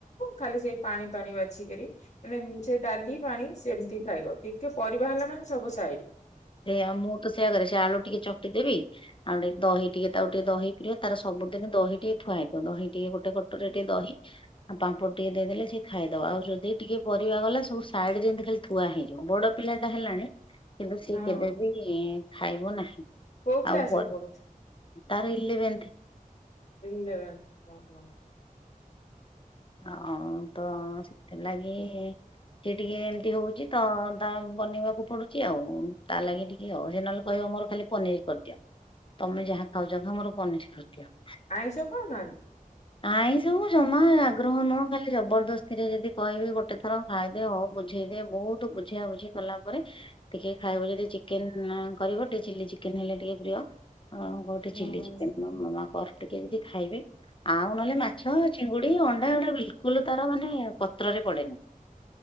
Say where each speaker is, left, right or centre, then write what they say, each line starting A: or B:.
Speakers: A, on the left (about 50°); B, on the left (about 35°).
A: ଖାଲି ସେଇ ପାଣି ପାଣି ବାଛିକିରି ମାନେ ସେ ଡାଲି ପାଣି ସେମିତି ଖାଇବ ଟିକେ ପରି ରିବା ହେଲା ମାନେ ସବୁ ସାଇ
B: ସେଉ ମୁଁ ତ ସେୟା କରେ ସେ ଆଳୁ ଟିକେ ଚକଟି ଦେବି । ଆଉ ଟିକେ ଦହି ଟିକେ ତାକୁ ଟିକେ ଦହି ଟିକେ ତାର ସବୁ ଦିନ ଦହି ଟିକେ ଥୁଆହେଇଥିବ। ଦହି ଟିକେ ଗୋଟେ ଦହି ଆଉ ପାମ୍ପଡ଼ ଟିକେ ଦେଇଦେଲେ ସିଏ ଖାଇଦବ। ଆଉ ଯଦି ଟିକେ ପରିବା ଗଲା ସବୁ ସାଇଡରେ ଯେମିତି ଖାଲି ଥୁଆ ବଡ ପିଲା ଟା ହେଲାଣି କିନ୍ତୁ
A: ହଁ
B: କେବେବି ଖାଇବ ନାହିଁ।
A: କୋଉ କ୍ଲାସ
B: ଆଉ ପରେ
A: ରେ ପଢୁଛି?
B: ତାର ଇଲେଭନ୍ତା
A: <unintelligible>
B: ହଁ ତ ସେଥିଲାଗି ସେ ଟିକେ ଏମିତି ହଉଛି ତ ତା ବନେଇବାକୁ ପଡୁଛି ଆଉ ତା ଲାଗି ଟିକେ ଆଉ ସେ ନହେଲେ କହିବ ମୋର ଖାଲି ପନିର କରିଦିଅ ତମେ ଯାହା ଖାଉଛ ଖା ମୋର ପନିର କରିଦିଅ ।
A: ଆଇଁସ ଖାଉନାହାନ୍ତି ।
B: ଆଇଁସ ମୁଁ ଜମା ଆଗ୍ରହ ନୁହଁ ଖାଲି ଜବରଦସ୍ତି ରେ ଯଦି କହିବି ଗୋଟେଥର ଖାଇଦେ, ହଉ ବୁଝେଇଦେ ବହୁତୁ ବୁଝା ବୁଝି କଲା ପରେ ଟିକେ ଖାଇବ ଯଦି ଚିକେନ କରିବ ଟିକେ ଚିଲି ଚିକେନ ହେଲେ ଟିକେ ପ୍ରିୟ ହଁ ଗୋଟେ
A: ହୁଁ
B: ଚିଲି
A: ହୁଁ
B: ଚିକେନ ମୋ ମାମା କର ଟିକେ କେମିତି ଖାଇବେ ଆଉ ନହେଲେ ମାଛ, ଚିଙ୍ଗୁଡି ଅଣ୍ଡା ଗୁଡା ବିଲକୁଲ ତାର ମାନେ ପତ୍ରରେ ପଡେନି।